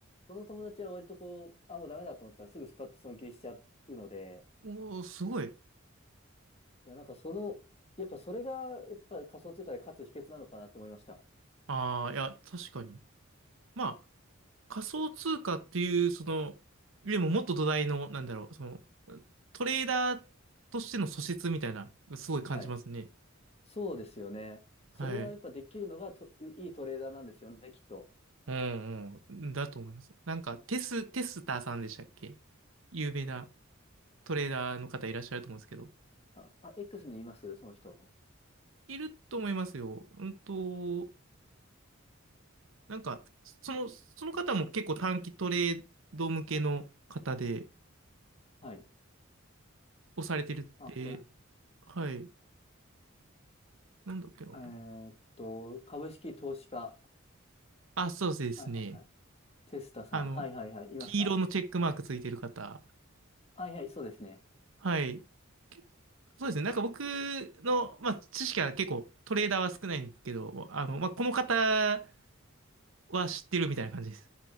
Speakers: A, on the left; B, on the right.
A: その友達は割とこう、あ、もうダメだと思ったらすぐスパッと損切りしちゃうので、
B: おー、すごい。
A: いや、なんかその、やっぱそれが、やっぱ仮想通貨で勝つ秘訣なのかなって思いました。
B: ああ、いや、確かに。まあ、仮想通貨っていう、その、でももっと土台の、なんだろう、その、トレーダーとしての素質みたいな、すごい感じますね。
A: はい。そうですよね。それがやっぱできるのがと、
B: はい。
A: いいトレーダーなんですよね、きっと。
B: うんうん。だと思います。なんか、テス、テスターさんでしたっけ有名なトレーダーの方いらっしゃると思うんですけど。
A: あ、あ、X にいますその人。
B: いると思いますよ。うんと、なんか、その、その方も結構短期トレード向けの方で、
A: はい。
B: をされてるって、
A: あ、これ。
B: はい、なんだっけな。
A: えーっと、株式投資家。
B: あ、そうですね。
A: はいはいはい。テスタさん。
B: あの、
A: はいはいはい。いました。
B: 黄色のチェックマークついてる方。
A: はいはい、そうですね。
B: はい。けそうですね。なんか僕の、まあ、知識は結構トレーダーは少ないんですけど、あの、まあ、この方は知ってるみたいな感じです。